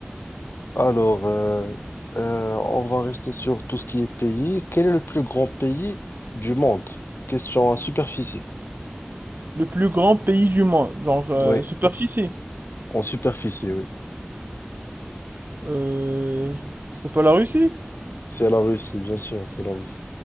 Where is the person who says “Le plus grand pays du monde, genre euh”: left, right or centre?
Right